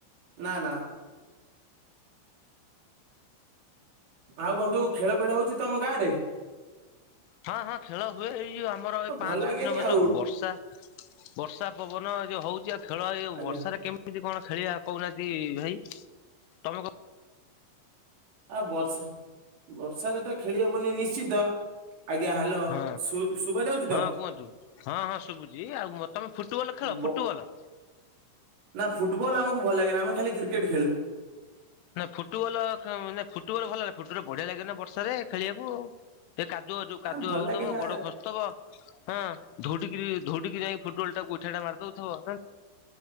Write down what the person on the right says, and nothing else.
ନା ନା। ଆଉ ବନ୍ଧୁ ଖେଳ ଫେଳ ହଉଛି ତମ ଗାଁ ରେ?
ଭଲ
ଲାଗେନି
ଆଉ
ଆଜ୍ଞା
ଆ ବର୍ଷା ବର୍ଷାରେ ତ ଖେଳି ହବନି ନିଶ୍ଚିତ। ଆଜ୍ଞା ହ୍ୟାଲୋ
ଶୁ ଶୁଭା ଯାଉଛି ତ?
ବ
ନା ଫୁଟବଲ ଆମକୁ ଭଲ ଲାଗେନା ଆମେ ଖାଲି କ୍ରିକେଟ୍ ଖେଳୁବୁ।
ହଁ
ଭଲ
ଲାଗେ ନା